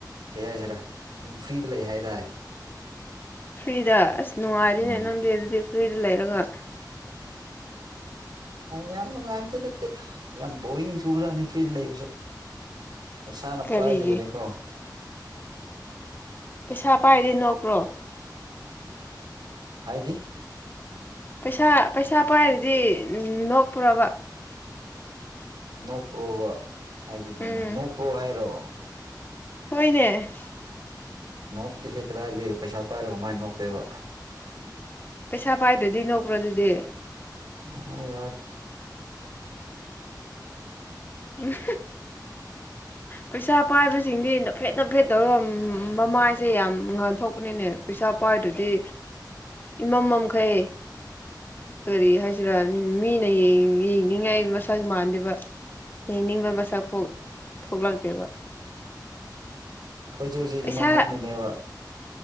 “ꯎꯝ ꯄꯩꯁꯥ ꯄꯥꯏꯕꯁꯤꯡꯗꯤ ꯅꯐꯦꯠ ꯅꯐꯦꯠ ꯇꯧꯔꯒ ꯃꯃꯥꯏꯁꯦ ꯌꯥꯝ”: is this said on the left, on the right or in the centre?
Left